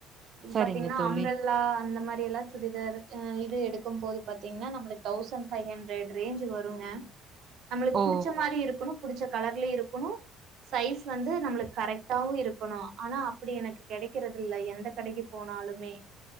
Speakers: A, on the right; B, on the right.
A: இது
B: சரிங்க
A: பாத்தீன்னா
B: தோழி
A: அம்ரல்லா அந்த மார் ரே எலா ச்சுடிதாரு அ இது எடுக்கும்போது பாத்தீங்னா நம்லுக் தௌசண் ஃபை ஹண்ட்ரட் ரேஞ்சு வருங்க நம்மளுக்
B: ஓ
A: புடிச்ச மாரி இருக்கணு புடிச்சக் கலர்லே இருக்குணு சைஸ் வந்து நம்ளுக் கரக் தவ் இருக்கணு ஆனா அப்படி எனக்கு கெடைக்கறதில்லை எந்த கடைக்கி போனாலுமே